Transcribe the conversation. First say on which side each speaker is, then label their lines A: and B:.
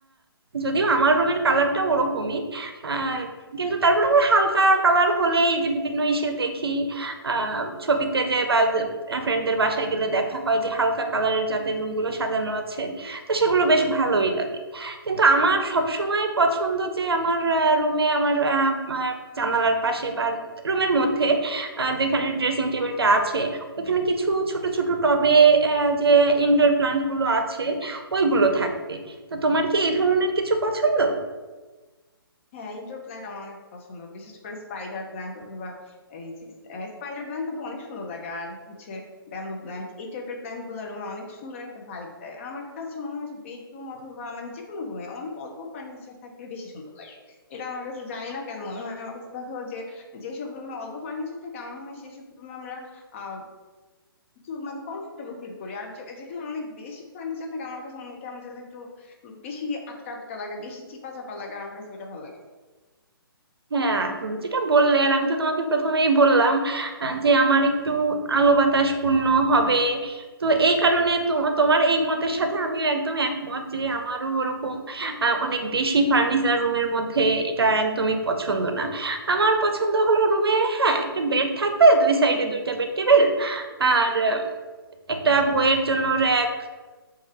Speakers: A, on the right (about 80°); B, on the left (about 30°).
A: যদিও আমার রুমের কালারটা ওরকমই আহ, কিন্তু তারপর আমার হালকা কালার হলেই যে বিভিন্ন ইসে দেখি আহ, ছবিতে যে বা ফ্রেন্ডদের বাসায় গেলে দেখা হয় যে হালকা কালারের যাদের রুমগুলো সাজানো আছে তো সেগুলো বেশ ভালোই লাগে কিন্তু আমার সবসময় পছন্দ যে আমার রুমে আমার আহ, আহ, জানালার পাশে বা রুমের মধ্যে আহ, যেখানে ড্রেসিং টেবিলটা আছে ওখানে কিছু ছোট ছোট টবে আহ, যে ইনডোর প্লান্ট গুলো আছে ওইগুলো থাকবে তো তোমার কি এই ধরনের কিছু পছন্দ
B: হ্যাঁ ইনডোর প্ল্যান্ট আমার অনেক পছন্দ বিশেষ করে স্পাইডার প্ল্যান্ট অথবা এই যে স্পাইডার প্ল্যান্ট তো অনেক সুন্দর লাগে আর হচ্ছে ব্যাম্বু প্ল্যান্ট এই টাইপের প্ল্যান্ট গুলা রুমে অনেক সুন্দর একটা ভাইব দেয় আমার কাছে মনে হয় যে বেডরুম অথবা মানে যে কোনো রুমে অনেক অল্প ফার্নিচার থাকলে বেশি সুন্দর লাগে এটা আমার কাছে জানি না কেন মনে হয় আমার কাছে দেখো যে যেসব রুমে অল্প ফার্নিচার থাকে আমার মনে হয় সেইসব রুমে আমরা আহ একটু মানে কমফোর্টেবল ফিল করি আর যে- যেখানে অনেক বেশি ফার্নিচার থাকে আমার কাছে কেমন যেন একটু বেশি আটকা আটকা লাগে বেশি চিপা চাপা লাগে আমার কাছে ওইটা ভালো লাগে না।
A: হ্যাঁ তুমি যেটা বললে আর আমি তো তোমাকে প্রথমেই বললাম আহ, যে আমার একটু আলো বাতাস পূর্ণ হবে তো এই কারণে তো- তোমার এই মতের সাথে আমিও একদম একমত যে আমারও ওরকম আহ, অনেক বেশি ফার্নিচার রুমের মধ্যে এটা একদমই পছন্দ না আমার পছন্দ হলো রুমে হ্যাঁ একটা বেড থাকবে দুই সাইডে দুইটা বেড টেবিল আর আহ, একটা বইয়ের জন্য র্যাক